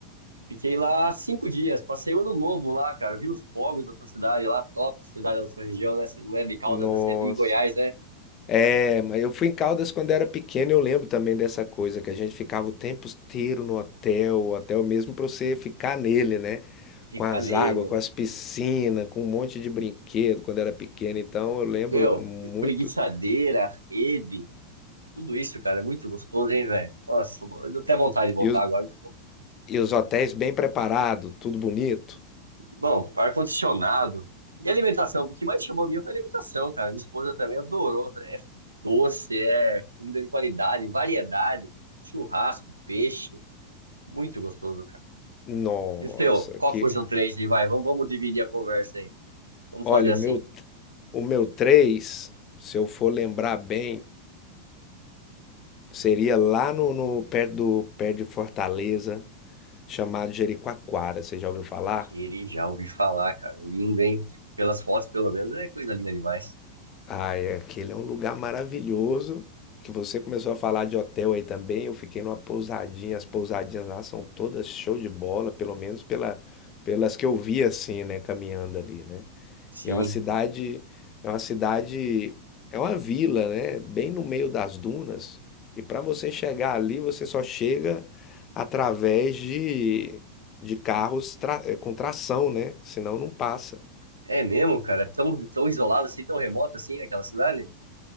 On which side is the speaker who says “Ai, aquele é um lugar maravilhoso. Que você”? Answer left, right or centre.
Left